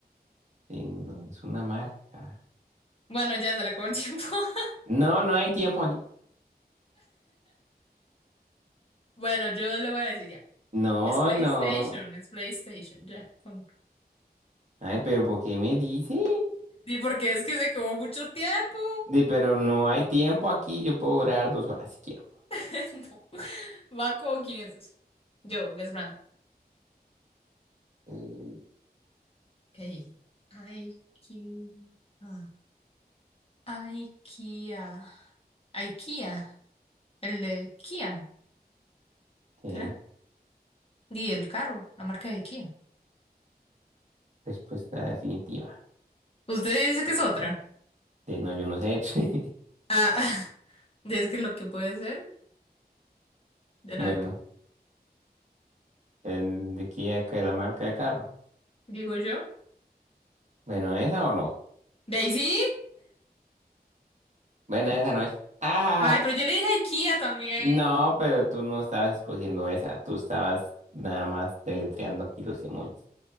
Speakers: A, on the right; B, on the left.
A: Sí, no, es una marca.
B: Bueno, ya se le acabó el tiempo. <laughs>
A: No, no hay tiempo aquí.
B: Bueno, yo le voy a decir ya.
A: No,
B: Es PlayStation,
A: no.
B: es PlayStation, ya. pon.
A: Ay, pero ¿por qué me dices?
B: Sí, porque es que se quedó mucho tiempo.
A: Di, pero no hay tiempo aquí. Yo puedo durar dos horas si quiero.
B: <laughs> No. Va con quién es eso Yo, Guess Brand.
A: Mm,
B: Ok. IQ. ah, IKEA. IKEA. El de Kia.
A: ¿Qué?
B: ¿Será? Y el carro, la marca de Kia.
A: Respuesta definitiva.
B: Usted dice que es otra.
A: De no, yo no sé. <laughs>
B: Ah, <laughs> es que lo que puede ser, de
A: Bueno,
B: la
A: el de aquí acá, la marca de carro.
B: digo yo.
A: Bueno, ¿esa o no?
B: Daisy.
A: Bueno, esa no es. Ajá.
B: Ay, pero yo le dije IKEA también.
A: No, pero tú no estabas escogiendo esa, tú estabas nada más deletreando aquí los emojis.